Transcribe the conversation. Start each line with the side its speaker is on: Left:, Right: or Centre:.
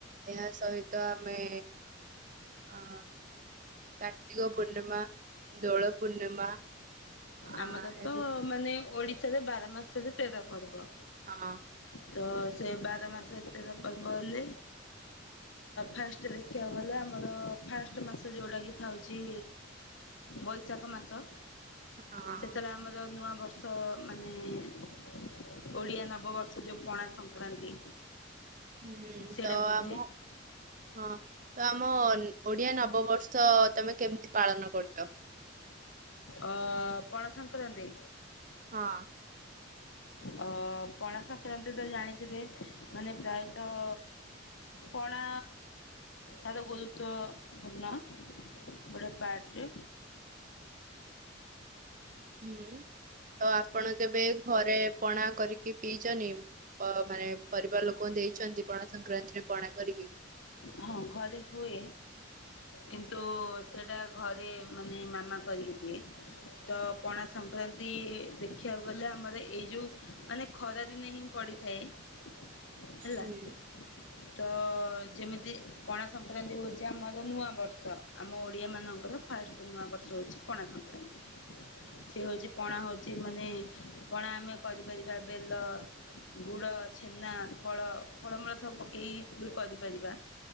Right: ଏହା ସହିତ ଆମେ ଆ କାର୍ତ୍ତିକ ପୂର୍ଣ୍ଣିମା ଦୋଳ ପୂର୍ଣ୍ଣିମା ଆ
Left: ଆମର ତ
Right: ଏମ-
Left: ମାନେ ଓଡିଶା ସେ ବାର ମାସ ତେର ପର୍ବ
Right: ହଁ
Left: ତ ସେ ବାର ମାସ ଏତେ <inaudible> ପର୍ବ ହେଲେ ଫାଷ୍ଟ ଦେଖିବାକୁ ଗଲେ ଆମର ଫାଷ୍ଟ ମାସ ଯେଉଁଟାକି ଥାଉଛି ବୈଶାଖ ମାସ
Right: ହଁ
Left: ସେତେବେଳେ ଆମର ନୂଆ ବର୍ଷ ବର୍ଷ ମାନେ ଓଡ଼ିଆ ନବବର୍ଷ ଯେଉଁ ପଣା ସଂକ୍ରାନ୍ତି
Right: ହୁଁ
Left: ସେଇଟା
Right: ତ
Left: ବୋଧେ
Right: ଆମ ହଁ ତ ଆମ ଓଡିଆ ନବବର୍ଷ ତମେ କେମିତି ପାଳନ କରୁଛ।
Left: ଅ ପଣସଙ୍କତନ୍ତ
Right: ହଁ।
Left: ଅ ପ <inaudible> ସଂକ୍ରାନ୍ତି ତ ଜାଣିଥିବେ। ମାନେ ପ୍ରାୟତଃ ପଣା ତାର ଗୁରୁତ୍ୱପୂର୍ଣ୍ଣ ଗୋଟଏ ପ୍ୟାଟ
Right: ହୁଁ। ତ ଆପଣ କେବେ ଘରେ ପଣା କରିକି ପିଇଛନ୍ତି ମାନେ ପରିବାର ଲୋକ ଦେଇଛନ୍ତି ପଣା ସଂକ୍ରାନ୍ତିରେ ପଣା କରିକି
Left: ହଁ ଘରେ ହୁଏ କିନ୍ତୁ ସେଇଟା ଘରେ ମାନେ ମାମା କରିକି ଦିଏ ତ ପଣା ସଂକ୍ରାନ୍ତି ଦେଖିବାକୁ ଗଲେ ଆମର ଏଇ ଯେଉଁ ମାନେ ଖରାଦିନେ ହିଁ ପଡ଼ିଥାଏ। ହେଲା
Right: ହୁଁ।
Left: ତ ଯେମିତି ପଣା ସଂକ୍ରାନ୍ତି ହେଉଛି ଆମର ନୂଆ ବର୍ଷ ଆମ ଓଡ଼ିଆମାନଙ୍କର ଫାଷ୍ଟ ନୂଆ ବର୍ଷ ହେଉଛି ପଣା ସଂକ୍ରାନ୍ତି ସେ ହେଉଛି ପଣା ହେଉଛି ମାନେ ପଣା ଆମେ କରିପାରିବା ବେଲ ଗୁଡ଼ ଛେନା ଫଳ ଫଳମୂଳ ସବୁ ପକାଇ ବି କରି ପାରିବା